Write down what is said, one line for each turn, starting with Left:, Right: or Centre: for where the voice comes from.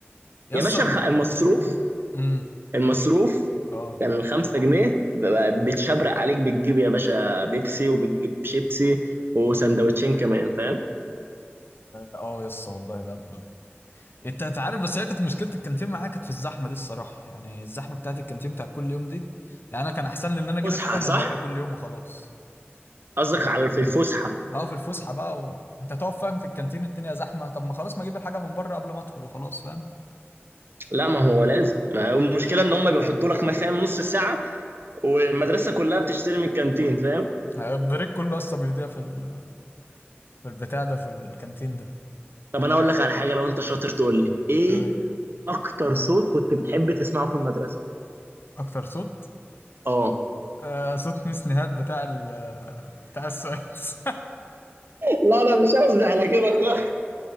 Left: يسطا
Right: يا باشا
Left: ال-
Right: الخ- المصروف
Left: امم
Right: المصروف
Left: اه
Right: كان الخمسة جنيه ب- بتشبرق عليك بتجيب يا باشا بيبسي وبتجيب شيبسي وسندوتشين كمان فاهم
Left: اه يسطا والله ده انت انت عارف بس هي كانت مشكله الكانتين معايا كانت في الزحمه دي الصراحه يعني الزحمه بتاعت الكانتين بتاعت كل يوم دي يعني انا كان احسن لي ان انا اجيب
Right: فسحة
Left: الحاجه من
Right: صح
Left: بره كل يوم وخلاص
Right: قصدك على في الفسحة
Left: بقى في الفسحه بقى وانت تقف فاهم في الكانتين الدنيا زحمه طب ما خلاص ما اجيب الحاجه من بره قبل ما ادخل وخلاص فاهم
Right: لا ما هو لازم ما هو المشكله ان هم بيحطوا لك مثلا نص ساعه والمدرسه كلها بتشتري من الكانتين فاهم
Left: يعني البريك كله اصلا بيضيع في ال... في البتاع ده في الكانتين ده
Right: طب انا اقول لك على حاجه لو انت شاطر تقول لي ايه
Left: ايه
Right: اكتر صوت كنت بتحب تسمعه في المدرسه
Left: اكتر صوت
Right: اه
Left: آه صوت ميس نهاد بتاع ال... بتاع السويس
Right: لا انا مش قصدي على كده خالص